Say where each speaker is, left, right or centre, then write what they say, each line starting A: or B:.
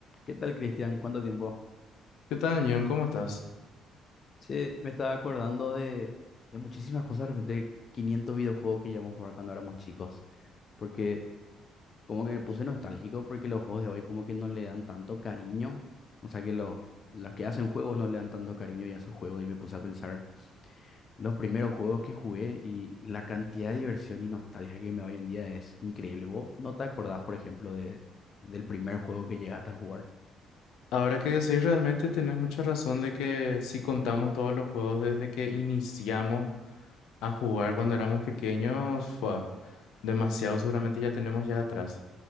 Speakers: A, on the left; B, on the left.
A: ¿Qué tal, Cristian? ¿Cuánto tiempo?
B: ¿Qué tal, Neon? ¿Cómo estás?
A: Sí, me estaba acordando de, de muchísimas cosas, de repente 500 videojuegos que llevamos a jugar cuando éramos chicos, porque como que me puse nostálgico porque los juegos de hoy como que no le dan tanto cariño, o sea que los, los que hacen juegos no le dan tanto cariño ya a sus juegos y me puse a pensar los primeros juegos que jugué y la cantidad de diversión y nostalgia que me da hoy en día es increíble. ¿Vos no te acordás, por ejemplo, de, del primer juego que llegaste a jugar?
B: Ahora que decís, realmente tenés mucha razón de que si contamos todos los juegos desde que iniciamos a jugar cuando éramos pequeños, fue demasiado, seguramente ya tenemos ya atrás.